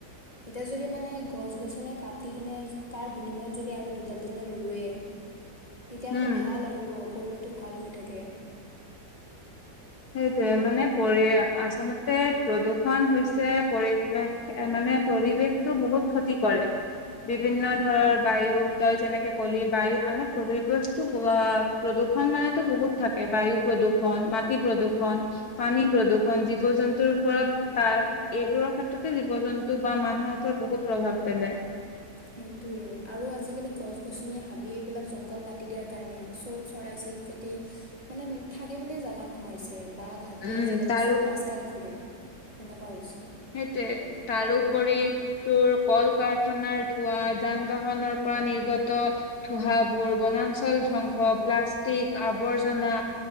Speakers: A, on the left; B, on the left.
A: এতি যুৰি মানে গছ-গছনে কাটি কিনে, তাৰ বিনিময়ত যদি আৰু দুডাল তিনিডাল ৰুৱে তেতিয়া
B: উম
A: মানে ভাল আৰু পৰিৱেশটো ভাল হৈ থাকে।
B: সেইটয়ে মানে পৰি, আচলতে প্ৰদূষণ হৈছে পৰিৱেশ মানে পৰিৱেশতো বহুত ক্ষতি কৰে, বিভিন্ন ধৰৰ বায়ু, তই যেনেকে ক'লি বায়ু আহ প্ৰূষস্তু প্ৰদূৰ্ষণ মানে বহুত থাকে বায়ু প্ৰদূৰণ ম প্ৰদূষণ,
A: উম। উম।
B: পানী প্ৰদূষণ জীৱ-জন্তুৰ ওপৰত, তাৰ এইবোৰৰ ক্ষেত্ৰতে জীৱ জন্তু বা মানুহৰ ওপৰত বহুত ভাব পেলায়,
A: সেইটোয়ে আৰু আজিকালি গছ গছনি হাবি এইবিলাক জংঘল কাটি দিয়াৰ কাৰণে চব চৰাই ক মানে থাকিবলৈ জাগা নোহোৱা হৈছে। বাঘ, হাতী
B: উম
A: আজিকালি
B: তাৰো
A: চব ৰাস্তাত ঘূৰে, সেনেকুৱা হৈছে।
B: সেইটয়ে। তাৰোপৰি
A: উম।
B: তোৰ কল কাৰখানাৰ ধোঁৱা, যান বাহনৰ পৰা নিৰ্গত ধোঁৱাবোৰ, বন চল
A: অ'।
B: ধ্বংস, প্লাষ্টিক আৱৰ্জনা